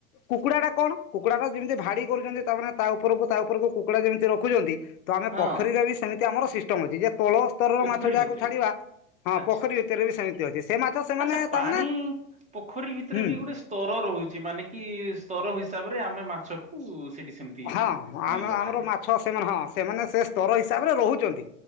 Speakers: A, on the left (about 65°); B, on the right (about 15°).
A: କୁକୁଡା ଟା କଣ କୁକୁଡା ଟା ଯେମିତି ଭାଡି କରୁଛନ୍ତି ତାମାନେ ତା ଉପରକୁ ତା ଉପରକୁ କୁକୁଡା ଯେମିତି ରଖୁଛନ୍ତି। ତ ଆମେ
B: ହଁ
A: ପୋଖରୀରେ ବି ସେମିତି ଆମର ସିଷ୍ଟମ ଅଛି ଯେ ତୋଳ ସ୍ତରର
B: ପୋଖରୀ
A: ମାଛ ଯାହାକୁ
B: ଭିତରେ
A: ଛାଡ଼ିବା
B: ବି
A: ହଁ
B: ଆଚ୍ଛା
A: ପୋଖରୀ
B: ଆଚ୍ଛା
A: ସେବି ସେମିତି ଅଛି ସେ ମାଛ ସେମାନେ
B: ଆଚ୍ଛା
A: ତାମାନେ
B: ପାଣି ପୋଖରୀ ଭିତରେ
A: ହୁଁ।
B: ବି ଗୋଟେ ସ୍ତର ରହୁଛି ମାନେ କି ସ୍ତର ହିସାବରେ ଆମେ ମାଛକୁ ସେଠି ସେମିତି
A: ହଁ
B: ମାନିକି
A: ଆମ
B: ରଖାଯାଏ
A: ଆମର ମାଛ ସେମାନେ ହଁ ସେମାନେ ସେ ସ୍ତର ହିସାବରେ ରହୁଛନ୍ତି।